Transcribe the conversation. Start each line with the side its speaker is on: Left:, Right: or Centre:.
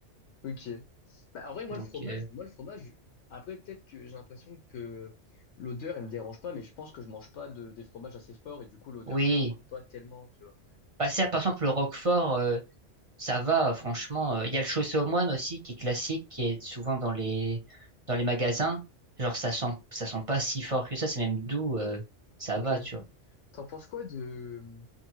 Left: Ok. Bah, en vrai, moi,
Right: Donc,
Left: le fromage,
Right: euh,
Left: moi, le fromage, après, peut-être que j'ai l'impression que l'odeur, elle me dérange pas, mais je pense que je mange pas de, des fromages assez forts, et du coup, l'odeur,
Right: oui.
Left: je la remarque pas tellement, tu vois.
Right: Passer à, par exemple, le roquefort, euh, Ça va, euh, franchement. euh, Il y a le chaussé aux moines aussi, qui est classique, qui est souvent dans les, dans les magasins. Genre, ça sent, ça sent pas si fort que ça, c'est même doux, euh, ça
Left: Ok.
Right: va, tu vois.
Left: T'en penses quoi de,